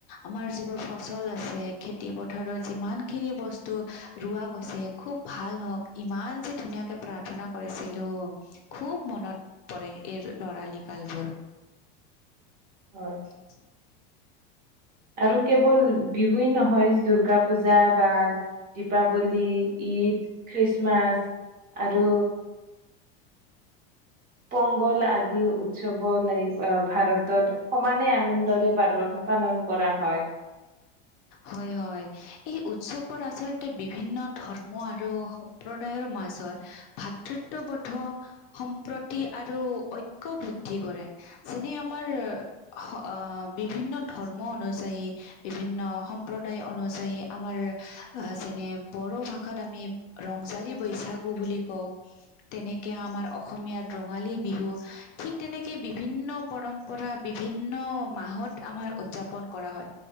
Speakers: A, on the left; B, on the right.
A: আমাৰ যিবোৰ ফচল আছে খে- তি পথাৰৰ যিমান খিনি বস্তু ৰোৱা গৈছে খুব ভাল হওঁক ইমান যে ধুনীয়াকে প্ৰাৰ্থনা কৰিছিলো খুব মনত পৰে এই লৰালি কালবোৰ
B: হয়
A: <unintelligible>
B: আৰু কেৱল বিহুৱেই নহয় দূৰ্গা পূজা বা দীপাৱলী, ঈদ, খ্ৰীষ্টমাছ আৰু পংগল আদি উৎসৱ লাই আহ ভাৰতত সমানে আনন্দৰে পাৰ পালন কৰা হয়। <unintelligible>
A: হয় হয় এই উৎসৱোৰ আচলতে বিভিন্ন ধৰ্ম আৰু সম্প্ৰদায়ৰ মাজত ভাতৃত্ববোধ সম্প্ৰতি আৰু ঐক্য বৃদ্ধি কৰে। যেনে আমাৰ হ অ বিভিন্ন ধৰ্ম অনুযায়ী বিভিন্ন সম্প্ৰদায় অনুযায়ী আমাৰ আহ যেনে বড়ো ভাষাত আমি ৰংজালী বৈছাগু বুলি কওঁ তেনেকে আমাৰ অসমীয়াত ৰঙালী বিহু ঠিক তেনেকে বিভিন্ন পৰম্- পৰা বিভিন্ন মাহত আমাৰ উদযাপন কৰা হয়।